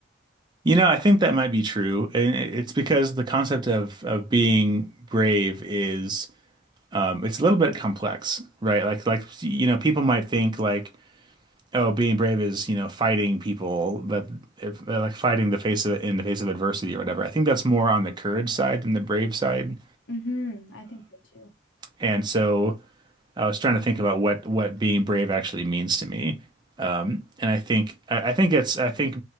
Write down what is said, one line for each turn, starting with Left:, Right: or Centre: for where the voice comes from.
Right: You know, I think that might be true. And it- it's because the concept of of being brave is um it's a little bit complex, right? Like like you know, people might think like oh, being brave is, you know, fighting people, but if, uh, like fighting the face of in the face of adversity or whatever. I think that's more on the courage side than the brave side.
Left: Mm-hmm. I think so too.
Right: And so I was trying to think about what what being brave actually means to me. Um, and I think I, I think it's I think